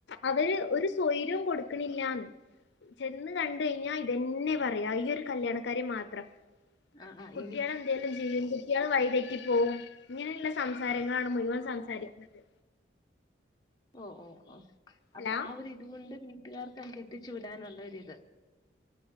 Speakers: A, on the left; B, on the left.
A: അവര് ഒരു സ്വയ്രോം കൊടുക്കണില്ലാന്ന് ചെന്ന് കണ്ട് കഴിഞ്ഞാ ഇതെന്നെ പറയാ ഈ ഒരു കല്യാണക്കാര്യം മാത്രം
B: ആഹ് ആഹ്
A: കുട്ടികളെ
B: എനി
A: എന്തേലും ചെയ്യും കുട്ട്യാള് വഴിതെറ്റി പോവും ഇങ്ങനെയുള്ള സംസാരങ്ങളാണ് മുഴുവൻ സംസാരിക്കുന്നത്
B: ഓഹ് ഓഹ് ഓഹ്
A: ഹലോ
B: അപ്പാ ഒരിതുകൊണ്ട് വീട്ടുകാർക്കങ് കെട്ടിച്ചുവിടാനുള്ളൊരിത്